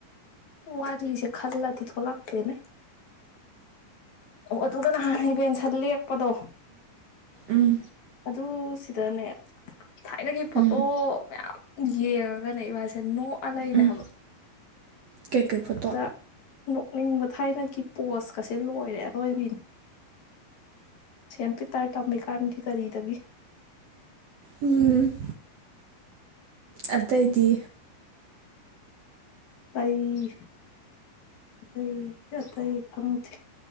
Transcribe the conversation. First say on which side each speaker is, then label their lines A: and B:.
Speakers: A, on the left; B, on the right.
A: ꯋꯥꯔꯤꯁꯦ ꯈꯜꯂꯗꯤ ꯊꯣꯂꯛꯇꯦꯅꯦ ꯑꯣ ꯑꯗꯨ ꯑꯗꯨꯒ ꯅꯍꯥꯟ <inaudible> ꯄꯗꯣ
B: ꯎꯝ
A: ꯑꯗꯨ ꯁꯤꯠ ꯇꯥꯅꯦ ꯊꯥꯏꯅꯒꯤ ꯐꯣꯇꯣ
B: ꯎꯝ
A: ꯃꯌꯥꯝ ꯌꯦꯡꯉꯒꯅꯦ ꯏꯕꯅꯤꯁꯦ ꯅꯣꯛ ꯑꯥꯂꯩꯅꯦꯍꯥꯏꯕ
B: ꯎꯝ ꯀꯩꯀꯩ ꯐꯣꯇꯣ
A: ꯍꯦꯛꯇ ꯅꯣꯛꯅꯤꯡꯕ ꯊꯥꯏꯅꯒꯤ ꯄꯣꯁ ꯀꯁꯦ ꯗ ꯂꯣꯏꯔꯦ ꯑꯗꯣ ꯑꯩꯒꯤ ꯁꯦꯟ ꯄꯤꯇꯔ ꯇꯝꯃꯤꯀꯥꯟꯒꯤ ꯗꯦꯜꯂꯤꯗꯒꯤ
B: ꯎꯝ ꯑꯇꯩꯗꯤ
A: ꯑꯇꯩ ꯑꯇꯩ ꯑꯇꯩ ꯈꯪꯗꯦ